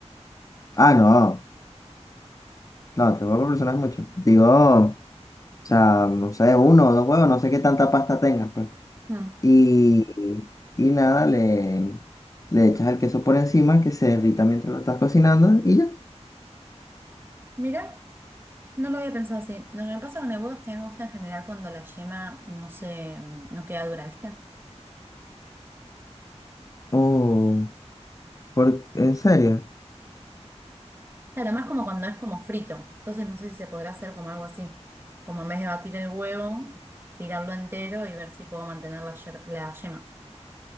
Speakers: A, on the left (about 30°); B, on the right (about 20°).
A: ah, no, no, tres huevos por persona es mucho. Digo, o sea, no sé, uno o dos huevos, no sé qué tanta pasta tengas, pues.
B: Hmm.
A: Y, y nada, le, le echas el queso por encima, que se derrita mientras lo estás cocinando y ya.
B: Mira, no lo había pensado así. Lo que me pasa con el huevo es que a mí me gusta en general cuando la yema no se, no queda dura, ¿viste?
A: Oh, por, ¿en serio?
B: Claro, más como cuando es como frito. Entonces no sé si se podrá hacer como algo así. Como en vez de batir el huevo, tirarlo entero y ver si puedo mantener la, yer- la yema.